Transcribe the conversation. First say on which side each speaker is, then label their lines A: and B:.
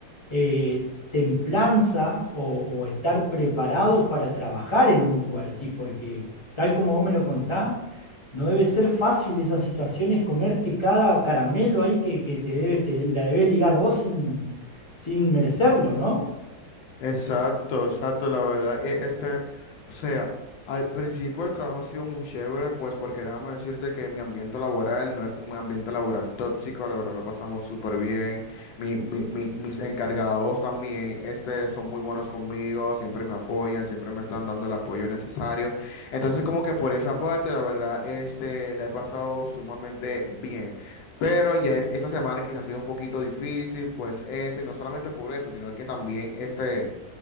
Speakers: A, on the left; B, on the left.
A: eh, templanza o, o estar preparado para trabajar en un lugar así, porque tal como vos me lo contás, no debe ser fácil esas situaciones, comerte cada caramelo ahí que, que te debe, te, la debes ligar vos sin, sin merecerlo, ¿no?
B: Exacto, exacto, la verdad, e- este, o sea, al principio el trabajo ha sido muy chévere, pues porque déjame decirte que mi ambiente laboral no es un ambiente laboral tóxico, la verdad lo pasamos súper bien, mi, mi- mi- mis encargados también, este, son muy buenos conmigo, siempre me apoyan, siempre me están dando el apoyo necesario, entonces como que por esa parte, la verdad, este, la he pasado sumamente bien. Pero ya es- esta semana quizás ha sido un poquito difícil, pues eso, y no solamente por eso, sino que también este...